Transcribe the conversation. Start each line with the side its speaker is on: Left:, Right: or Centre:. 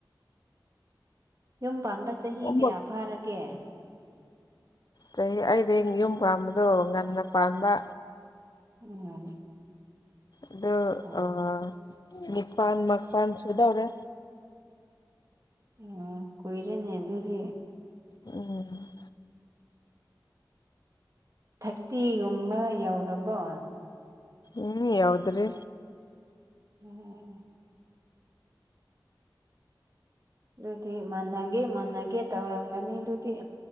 Right: ꯌꯨꯝ ꯄꯥꯟꯕ ꯆꯍꯤ
Left: ꯑꯍꯨꯝ
Right: ꯀꯌꯥ ꯐꯥꯔꯒꯦ
Left: ꯆꯍꯤ ꯑꯩꯗꯤ ꯌꯨꯝ ꯄꯥꯟꯕꯗꯣ ꯉꯟꯅ ꯄꯥꯟꯕ
Right: ꯎꯝ
Left: ꯑꯗꯣ
Right: ꯑꯣ
Left: ꯑ
Right: ꯍꯣ
Left: ꯅꯤꯄꯥꯟ ꯃꯄꯟ ꯁꯨꯗꯧꯔꯦ
Right: ꯎꯝ ꯀꯨꯏꯔꯦꯅꯦ ꯑꯗꯨꯗꯤ
Left: ꯎꯝ
Right: ꯊꯥꯔꯇꯤꯒꯨꯝꯕ ꯌꯧꯔꯕꯣ
Left: ꯎꯝ ꯌꯧꯗ꯭ꯔꯤ
Right: ꯎꯝ ꯑꯗꯨꯗꯤ ꯃꯥꯟꯅꯒꯦ ꯃꯥꯟꯅꯒꯦ ꯇꯧꯔꯝꯒꯅꯤ ꯑꯗꯨꯗꯤ